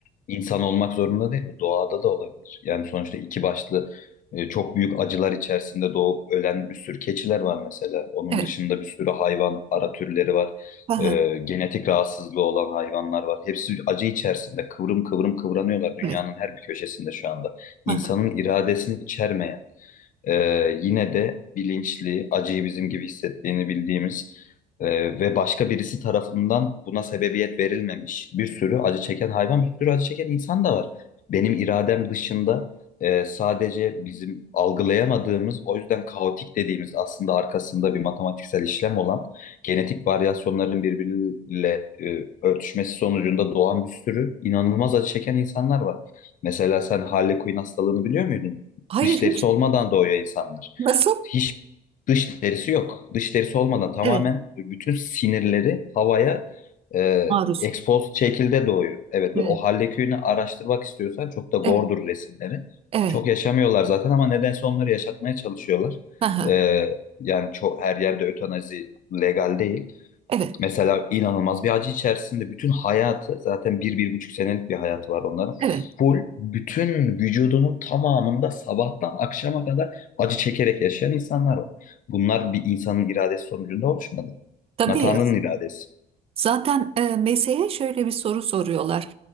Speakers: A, on the left (about 50°); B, on the right (about 35°).
A: İnsan olmak zorunda değil bu. Doğada da olabilir. Yani sonuçta iki başlı e, çok büyük acılar içerisinde doğup ölen bir sürü keçiler var mesela. Onun
B: Evet.
A: dışında bir sürü hayvan, ara türleri var.
B: Aha,
A: E, genetik rahatsızlığı olan hayvanlar var. Hepsi acı içerisinde kıvrım kıvrım kıvranıyorlar dünyanın
B: evet.
A: her bir köşesinde şu anda. İnsanın
B: Aha.
A: iradesini içermeyen e, yine de bilinçli, acıyı bizim gibi hissettiğini bildiğimiz e, ve başka birisi tarafından buna sebebiyet verilmemiş bir sürü acı çeken hayvan, bir sürü acı çeken insan da var. Benim iradem dışında e, sadece bizim algılayamadığımız, o yüzden kaotik dediğimiz aslında arkasında bir matematiksel işlem olan genetik varyasyonların birbiriyle e, örtüşmesi sonucunda doğan bir sürü inanılmaz acı çeken insanlar var. Mesela sen Harley Quinn hastalığını biliyor muydun?
B: Hayır
A: Dış
B: hiç
A: derisi olmadan doğuyor insanlar.
B: nasıl?
A: Hiç dış derisi yok. Dış derisi olmadan tamamen
B: Evet.
A: bütün sinirleri havaya e,
B: Maruz.
A: expose şekilde doğuyor. Evet
B: Evet.
A: ve o Hallekühn'i araştırmak istiyorsan çok da gordur
B: Evet.
A: resimleri.
B: Evet.
A: Çok yaşamıyorlar zaten ama nedense onları yaşatmaya çalışıyorlar.
B: Aha,
A: E, yani çok her yerde ötanazi legal değil.
B: evet.
A: Mesela inanılmaz bir acı içerisinde bütün hayatı zaten bir, bir buçuk senelik bir hayatı var onların.
B: Evet.
A: Full bütün vücudunun tamamında sabahtan akşama kadar acı çekerek yaşayan insanlar var. Bunlar bir insanın iradesi sonucunda oluşmadı.
B: Tabii.
A: Tanrı'nın iradesi.
B: Zaten e, meseye şöyle bir soru soruyorlar.